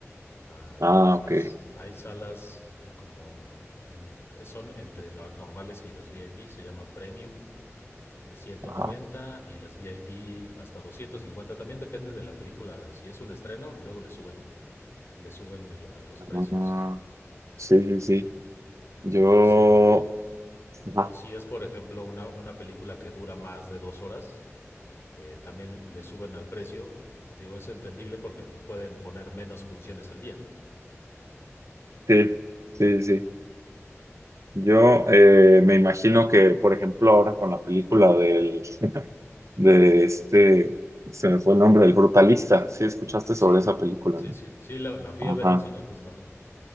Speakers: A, on the left (about 55°); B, on the right (about 75°).
A: Ah,
B: Ah,
A: en
B: ok.
A: las, hay salas eh, como en- son entre las normales y los VIP, se llaman Premium, eh, 190
B: Ajá.
A: y las VIP hasta 250. También depende de la película, de si es un estreno, luego le suben, le suben el- a los precios.
B: Ah, ah. sí, sí, sí.
A: Ajá,
B: Yo...
A: O si, o,
B: ajá.
A: o si es, por ejemplo, una, una película que dura más de dos horas, eh, también le suben al precio. Digo, es entendible porque pues, pueden poner menos funciones al día.
B: Sí, sí, sí. Yo eh, me imagino que, por ejemplo, ahora con la película del, de este, se me fue el nombre, el Brutalista, sí escuchaste
A: Ah, Sí,
B: sobre esa película,
A: sí,
B: ¿no?
A: sí, sí, la, la fui
B: Ajá.
A: a ver al cine justamente,